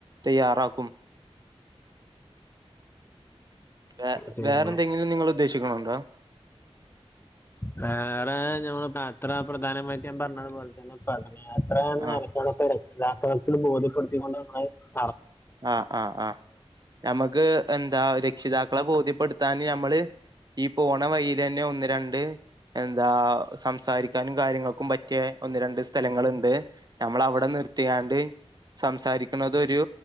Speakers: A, on the right; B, on the left.
A: തയ്യാറാക്കും. വേ
B: പിന്നെ
A: വേറെന്തെങ്കിലും നിങ്ങള് ഉദ്ദേശിക്കുന്നുണ്ടോ
B: വേറെ ഞമ്മ അത്ര പ്രധാനമായിട്ട് ഞാൻ പറഞ്ഞതുപോലെ തന്നെ പഠ യാത്രയാണ്
A: ആഹ്
B: <unintelligible> രക്ഷിതാക്കാൾക്ക് ബോധ്യപ്പെടുത്തി <unintelligible>
A: ആഹ് ആഹ് ആഹ് ഞമക്ക് എന്താ രക്ഷിതാക്കളെ ബോധ്യപ്പെടുത്താന് ഞമ്മള് ഈ പോണ വഴിലാന്നെ ഒന്ന് രണ്ട് എന്താ സംസാരിക്കാനും കാര്യങ്ങക്കും പറ്റിയെ ഒന്ന് രണ്ട് സ്ഥലങ്ങള്ണ്ട് ഞമ്മള് അവിടെ നിർത്തിയാണ്ട് സംസാരിക്കണതൊരു